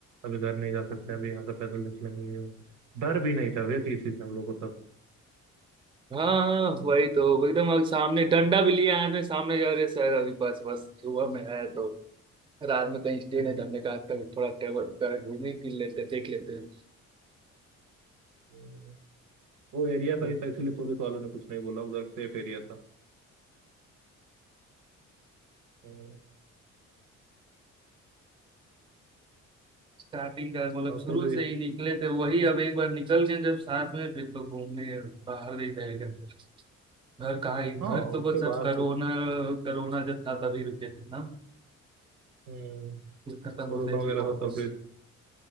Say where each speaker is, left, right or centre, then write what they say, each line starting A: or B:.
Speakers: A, on the right; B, on the right.
A: अभी घर नहीं जा सकते अभी यहाँ से पैदल निकलेंगे ये वो। डर भी नहीं था भैया तीस से हम लोग को तब
B: हाँ वही तो एकदम अब सामने डंडा भी लिया हाथ में सामने जा रहे सर अभी बस बस सुबह में है तो रात में कहीं स्टे
A: हम्म,
B: नहीं था हमने कहा कभी थोड़ा टेबल कर घूम ही फिर लेते हैं, देख लेते हैं
A: हम्म। वो एरिया सही
B: तो
A: था इसीलिए पुलिस वालों ने कुछ नहीं बोला उधर सेफ एरिया था हम्म,
B: स्टार्टिंग का मतलब
A: और
B: शुरू
A: फिर
B: से ही निकले थे वही अब एक बार निकल गए जब साथ में फिर तो घूमने बाहर नहीं थे एकदम। घर कहाँ ही घर
A: हाँ
B: तो
A: उसके
B: बस
A: बाद
B: अब कोरोना कोरोना जब था तभी रुके थे ना
A: हम्म,
B: फिर खत्म
A: कोरोना
B: होते
A: वगैरह
B: फिर वापस
A: था तब